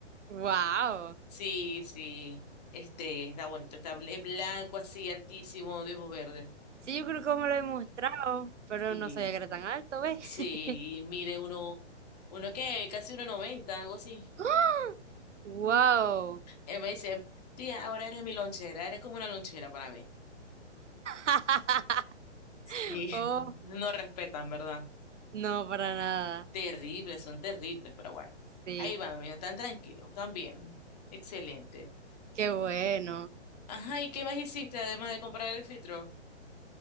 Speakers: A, on the right (about 85°); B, on the left (about 35°).
A: Wow.
B: Sí, sí. Este está bonito. Está, bl- es blanco así, altísimo, de ojos verdes.
A: Sí, yo creo que me lo he mostrado, pero
B: Sí,
A: no sabía que era tan alto, ¿ves?
B: sí.
A: <gasps>
B: Mide uno, uno qué, casi uno noventa, algo así.
A: <laughs> ¡Wow!
B: Él me dice, tía, ahora eres mi lonchera, eres como una lonchera para mí.
A: <laughs>
B: Sí, <laughs>
A: Oh,
B: no respetan, ¿verdad?
A: no, para nada.
B: Terribles, son terribles, pero bueno.
A: Sí,
B: Ahí van, mira, tan tranquilo, tan bien. Excelente.
A: qué bueno.
B: Ajá, ¿y qué más hiciste además de comprar el filtro?